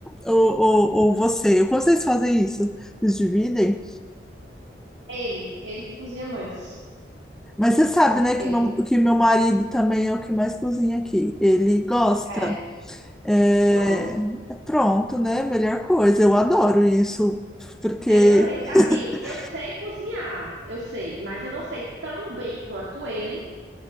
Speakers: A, in the centre; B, on the right.
A: ou, ou, ou você? Como vocês fazem isso? Vocês dividem?
B: ele. Ele que cozinha mais.
A: Mas você sabe, né,
B: Ele.
A: que meu, que meu marido também é o que mais cozinha aqui. Ele gosta.
B: É,
A: É,
B: pronto.
A: pronto, né? Melhor coisa. Eu adoro isso, porque.
B: Eu também. Assim,
A: <laughs>
B: eu sei cozinhar, eu sei, mas eu não sei tão bem quanto ele.